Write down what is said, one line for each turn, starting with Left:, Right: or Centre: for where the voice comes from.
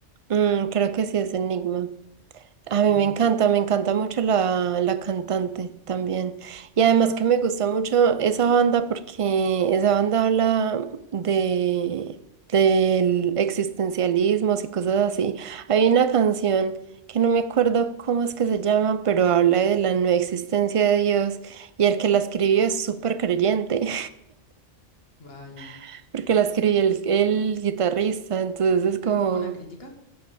Right: Mm, creo que sí es Enigma. A
Left: Ujú,
Right: mí me encanta, me encanta mucho la, la cantante también. Y además que me gusta mucho esa banda porque esa banda habla de, del existencialismo y cosas así. Hay una canción que no me acuerdo cómo es que se llama, pero habla de la no existencia de Dios y el que la escribió es súper creyente
Left: Vaya.
Right: <laughs> porque la escribió el, el guitarrista, entonces es como...
Left: Pero es como una crítica.